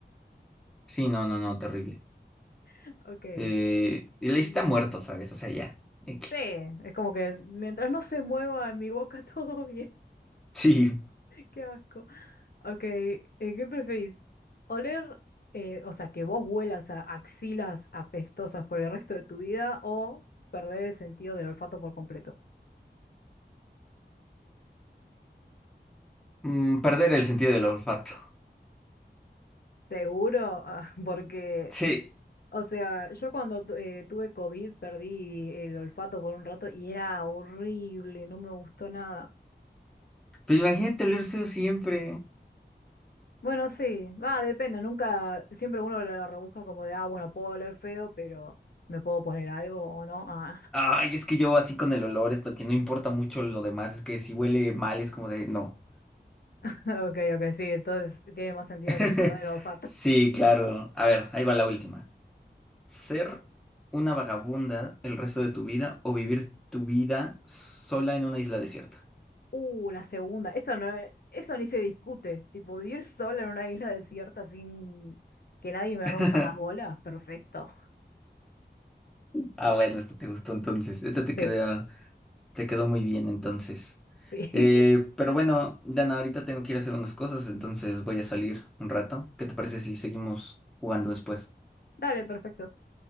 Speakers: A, in the centre; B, on the left.
A: sí, no, no, no, terrible.
B: <laughs> Ok.
A: Eh, él está
B: Mm,
A: muerto, ¿sabes? O sea, ya. X.
B: Sí, es como que mientras no se mueva en mi boca <laughs> todo bien,
A: <laughs> Sí.
B: qué asco. Ok, eh, ¿qué preferís? ¿Oler, eh, o sea, que vos huelas a axilas apestosas por el resto de tu vida o perder el sentido del olfato por completo?
A: Mm, perder el sentido del olfato.
B: Seguro, <laughs> Ah, porque
A: Sí,
B: O sea, yo cuando tu- eh, tuve COVID perdí el olfato por un rato y era horrible, no me gustó nada.
A: pero imagínate oler feo siempre.
B: Bueno, sí, va, depende, nunca, siempre uno lo, lo rebusca como de, ah, bueno, puedo oler feo, pero ¿me puedo poner algo o no? Ah,
A: Ay, es que yo así con el olor, esto que no importa mucho lo demás, es que si huele mal es como de no.
B: <laughs> ok, ok, sí, entonces tiene más sentido
A: <laughs>
B: lo de perder el olfato.
A: Sí,
B: <laughs>
A: claro. A ver, ahí va la última. ¿Ser una vagabunda el resto de tu vida o vivir tu vida sola en una isla desierta?
B: Uh, la segunda, eso no, es- eso ni se discute, tipo vivir sola en una isla desierta sin que nadie me
A: <laughs>
B: rompa las bolas, perfecto.
A: Ah, bueno, esta te gustó entonces. Esta te
B: Sí,
A: quedó. Te quedó muy bien entonces.
B: sí.
A: Eh, pero bueno, Dana, ahorita tengo que ir a hacer unas cosas, entonces voy a salir un rato. ¿Qué te parece si seguimos jugando después?
B: <laughs> Dale, perfecto.